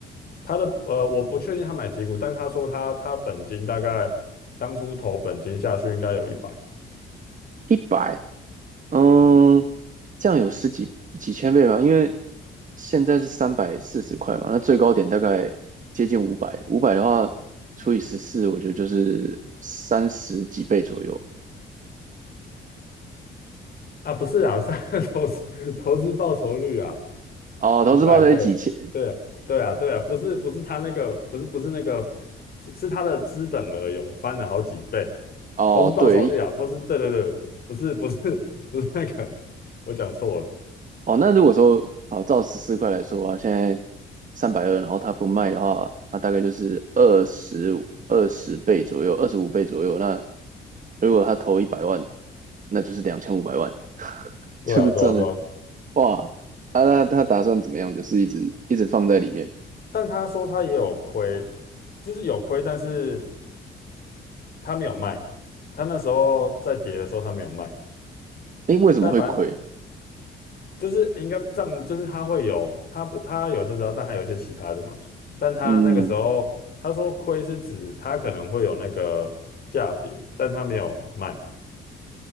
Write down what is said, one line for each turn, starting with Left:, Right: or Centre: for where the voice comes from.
Left: 他的呃，我不确定他买几股，但他说他他本金大概当初投本金下去应该有一百
Right: 一百，嗯，这样有十几几千倍吗？因为现在是三百四十块嘛，那最高点大概接近五百，五百的话除以十四，我觉得就是三十几倍左右。
Left: 啊，不是啊，是 <laughs> 投资投资报酬率啊，
Right: 哦，
Left: 几百倍，
Right: 投资报酬率几千？
Left: 对啊对啊对啊，不是不是他那个不是不是那个是是他的资本额有翻了好几倍，
Right: 哦，
Left: 投资报酬率啊，
Right: 对，
Left: 不是对对对，不是不是不是那个，我讲错了，
Right: 哦，那如果说，好，照十四块来说啊，现在三百二，然后他不卖的话，那大概就是二十二十倍左右，二十五倍左右。那如果他投一百万，那就是两千五百万，<laughs>
Left: 对啊对啊对啊，
Right: 就是赚了哇！啊，那他打算怎么样？就是一直一直放在里面。
Left: 但他说他也有亏，就是有亏，但是。他没有卖，他那时候在跌的时候他没有卖，
Right: 诶，为什么会亏？
Left: 但反正就是应该这样，就是他会有，他不他有特斯拉，但还有一些其他的嘛，但他那个时候他说亏是指他可能会有那个价跌，
Right: 嗯，
Left: 但他没有卖，